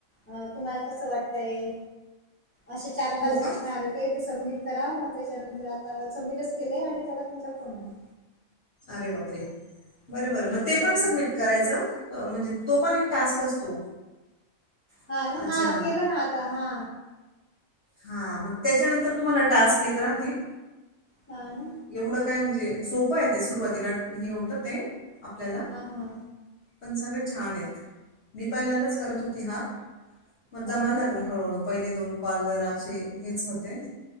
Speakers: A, on the left; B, on the left.
A: अ तुम्हाला कस वाटतय असे चार
B: हो
A: पाच प्रश्न
B: का?
A: आले होते ते सबमिट करा मग त्याच्यानंतर आता सबमिटच केले आणि तेवढ्यात तुमचा फोन आला.
B: अरे बापरे
A: हम्म,
B: बरं बरं मग ते
A: असं
B: पण
A: आहे ना.
B: सबमिट करायच म्हणजे तो पण एक टास्क असतो
A: हा
B: अच्छा,
A: ना हा केला ना आता हा
B: हा मग त्याच्यानंतर तुम्हाला टास्क येत राहतील
A: हां ना,
B: एवढं का काय म्हणजे सोपं येते सुरुवातीला हे होतं ते आपल्याला
A: हा हा
B: पण सगळे छान आहेत मी पहिल्यांदाच
A: हां,
B: करत होती हा मग
A: हां
B: जमायला
A: ना.
B: लागला हळूहळू पहिले दोन काॅल जराशे हेच होते.